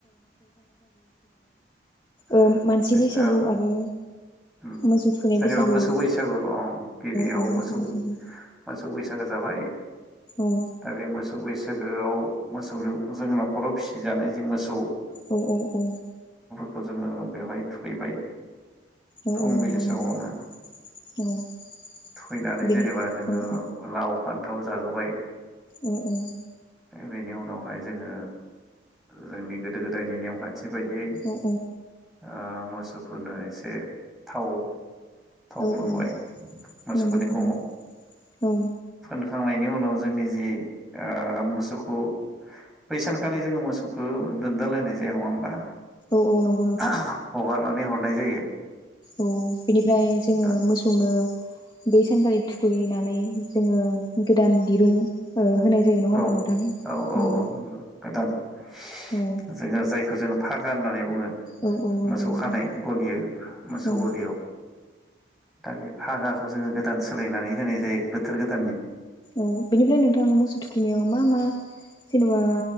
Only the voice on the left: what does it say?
ओ मानसि बैसागु आरो मोसौ थुखैनाय
बैसागु
औ
औ मोसौ
बैसागु
औ
औ औ औ
औ
औ नंगौ
नोंथां औ
बेनि
औ
औ औ।
औ
औ
औ
नंगौ नोंथां
औ
<unintelligible>
औ बिनिफ्राय जोङो
मोसौनो बे सानखालि थुखैनानै जोङो गोदान दिरूं ओ होनाय जायो नङा
होमबा नोंथां?
उम
औ
औ औ नंगौ
नोंथां
औ
औ बेनिफ्राय नोंथा मोसौ थु र्वबिनियाव मा मा जेनबा